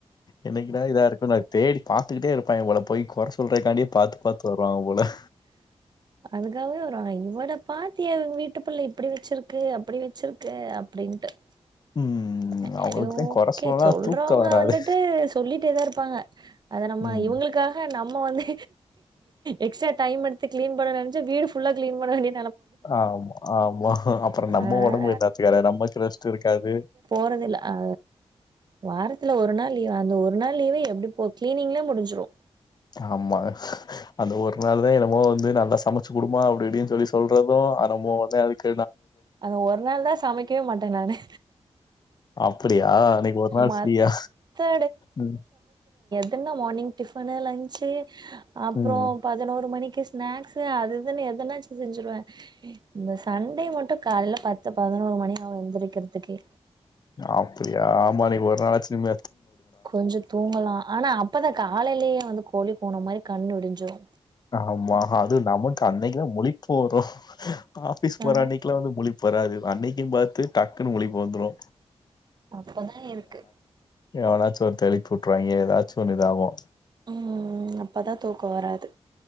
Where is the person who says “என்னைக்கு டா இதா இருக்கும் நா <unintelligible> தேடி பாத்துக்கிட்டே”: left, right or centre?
Left